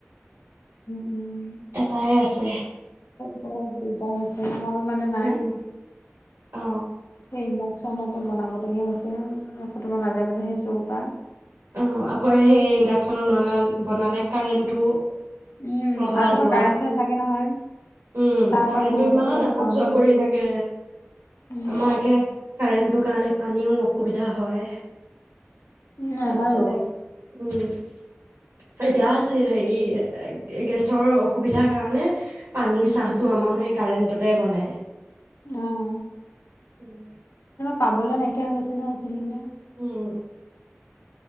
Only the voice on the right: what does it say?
এটাই আছে।
উম অ
অ আকৌ সেই ইণ্ডাকশ্যনত নলাল বনালে কাৰেণ্টটো
অহা
যোৱা
উ,
উম,
কাৰেণ্টটো
ইমান
অহা
যোৱা
কৰি
থাকে।
আমাৰ আকে কাৰেণ্টটো কাৰণে পানীও অসুবিধা হয়।
তাৰপিছতে
উম ', এতিয়া হেৰি, গেছৰ অসুবিধাৰ কাৰণে পানী
চাহ
টো আমাৰ সেই কাৰেণ্টত। তে বনায়।
উম।
উম।